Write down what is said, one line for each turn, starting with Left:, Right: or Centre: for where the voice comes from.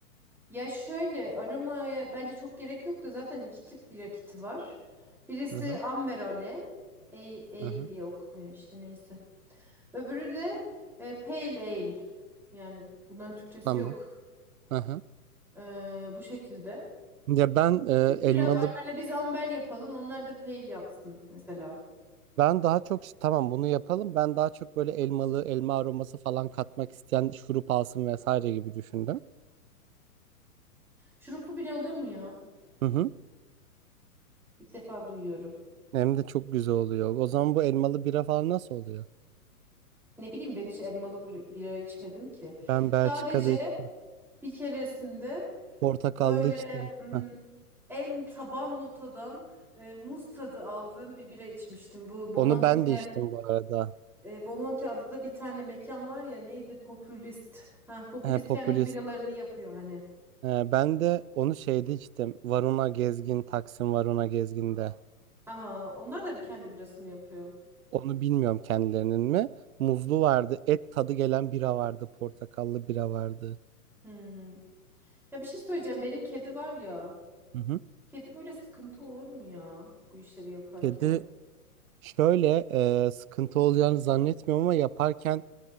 Centre: Ya şöyle aramaya bence çok gerek yok da zaten iki tip bir rakiti var. Birisi
Right: Aha,
Centre: Amber Ale, Ale
Right: aha,
Centre: diye okunuyor işte neyse. Öbürü de e, pale ale. Yani bunların Türkçesi
Right: tamam.
Centre: yok.
Right: Aha.
Centre: Ee, bu şekilde.
Right: Ya ben e,
Centre: Bir tip
Right: elmalı
Centre: bira var. Hani biz amber yapalım. Onlar da pale yapsın mesela.
Right: ben daha çok tamam bunu yapalım ben daha çok böyle elmalı elma aroması falan katmak isteyen şurup alsın vesaire gibi düşündüm.
Centre: Şuruplu bira olur mu ya?
Right: Hı hı.
Centre: İlk defa duyuyorum.
Right: Hem de çok güzel oluyor. O zaman bu elmalı bira falan nasıl oluyor?
Centre: Ne bileyim ben hiç elmalı bir- bira içmedim ki.
Right: Ben Belçika'da
Centre: Sadece
Right: içtim.
Centre: bir keresinde
Right: Portakallı
Centre: böyle
Right: içtim.
Centre: hmm,
Right: Heh.
Centre: en taban notadan e, muz tadı aldığım bir bira içmiştim. Bu Bomonti'de
Right: Onu ben de içtim bu arada.
Centre: E, Bomonti adada bir tane mekan var ya neydi? Popülist. Ha, popülist
Right: He, popülist.
Centre: kendi biralarını yapıyor hani.
Right: He, ben de onu şeyde içtim. Varuna Gezgin, Taksim Varuna Gezgin'de.
Centre: Aha, onlar da bir kendi birasını yapıyor.
Right: Onu bilmiyorum kendilerinin mi. Muzlu vardı. Et tadı gelen bira vardı. Portakallı bira vardı.
Centre: Hmm. Ya bir şey söyleyeceğim. Benim kedi var ya.
Right: Hı hı.
Centre: Kedi böyle sıkıntı olur mu ya bu işleri yaparken?
Right: Kedi şöyle e, sıkıntı olacağını zannetmiyorum ama yaparken